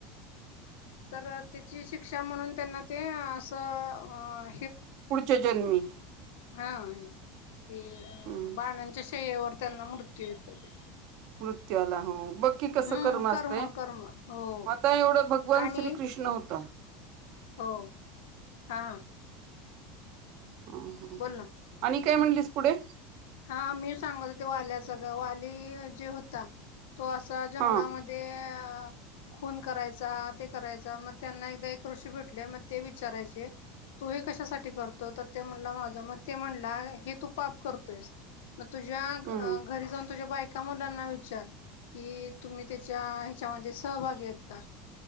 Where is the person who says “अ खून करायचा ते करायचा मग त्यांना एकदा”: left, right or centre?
Left